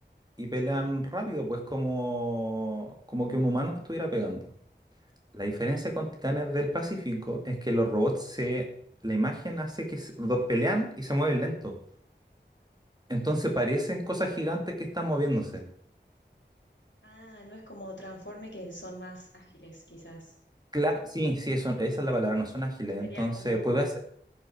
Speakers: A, on the right; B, on the left.
A: y pelean
B: sí.
A: rápido, pues como, como que un humano estuviera pegando. La diferencia
B: Ah,
A: con Titanes del Pacífico es que los robots se, la imagen hace que se- do- pelean y se mueven lento. Entonces parecen
B: ah,
A: cosas
B: mira.
A: gigantes que están moviéndose.
B: Ah, no es como Transforme que son más ágiles, quizás.
A: Claro, sí, sí, eso- esa es la palabra, no son ágiles.
B: Serían
A: Entonces,
B: como
A: puede hacer.